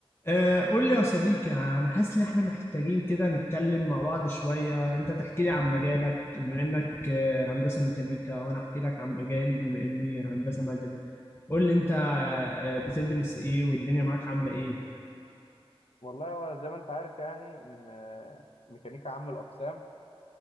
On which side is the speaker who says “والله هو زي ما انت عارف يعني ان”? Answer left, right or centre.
Left